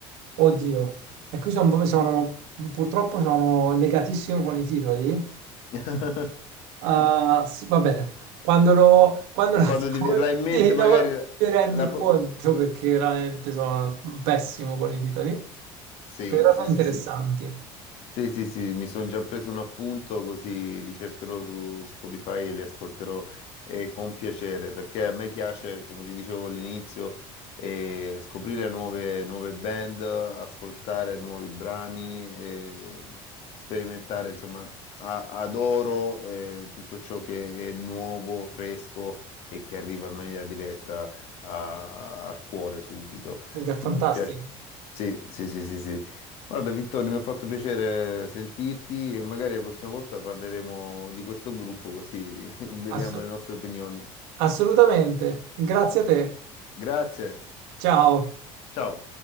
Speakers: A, on the right (about 85°); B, on the left (about 60°).
A: oddio. E qui sono, sono- purtroppo sono negatissimo con i titoli,
B: <laughs>
A: Ah, sì, va bene, quando lo, quando lo <laughs> ascolti
B: Quando ti verrà in mente
A: lo-
B: magari la...
A: ti rendi
B: la
A: conto
B: pro-
A: perché veramente sono pessimo con i titoli,
B: Sì,
A: però
B: sì,
A: sono
B: sì,
A: interessanti,
B: sì. Sì, sì, sì, mi sono già preso un appunto così li cercherò su Spotify e li ascolterò eh, con piacere, perché a me piace, come ti dicevo all'inizio, eh, scoprire nuove, nuove band, ascoltare nuovi brani, eh, sperimentare, insomma, a- adoro eh, tutto ciò che è nuovo, fresco e che arriva in maniera diretta a- al cuore subito.
A: è fantastico.
B: Mi piace. Sì, sì, sì, sì, sì. Guarda Vittorio, mi ha fatto piacere sentirti e magari la prossima volta parleremo di questo gruppo così <laughs> vediamo
A: Ass-
B: le nostre opinioni.
A: assolutamente, grazie a te,
B: Grazie,
A: ciao.
B: ciao.